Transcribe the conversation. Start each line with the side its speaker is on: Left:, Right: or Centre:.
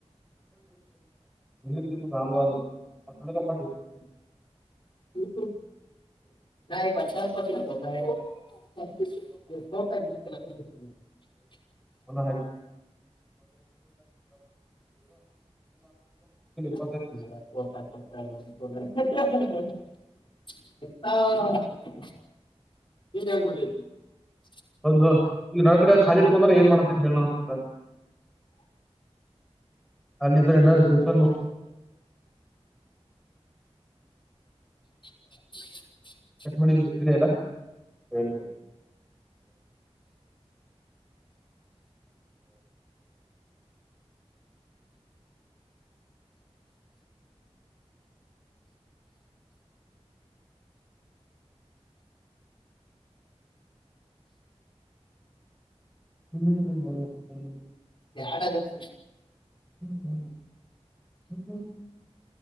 Centre: ನೀತಿೂಡ ನಲ್ಲಡುಾ <unintelligible>
Left: ಇ ನ ಬ ಚಾರ್ ಪಚತತ <unintelligible> <inaudible>
Centre: ಒ ಹ <inaudible> <inaudible>
Left: ಾತಾ <inaudible> <unintelligible>
Centre: ಹೌದು ಈಗ ನನ್ ಕಡೆ ಖಾಲಿ ಇಟ್ಕೊಂಡ್ರೆ ಏನ್ ಮಾಡದಂತಿತೆ ಹೇಳ್ ಅಲ್ಲಿದ್ರೆ ಎನ್ನರ್ ದಿವಸ
Left: <inaudible>
Centre: ಕಟ್ ಮಾಡಿಟ್ಟಿದೆ ಅಲ್ಲ ಹ್ಮ ಹ್ಮ್ ಹ್ಮ್ ಹ್ಮ್
Left: ಎದ <inaudible>
Centre: ಹ್ಮ್ ಹ್ಮ್ಮ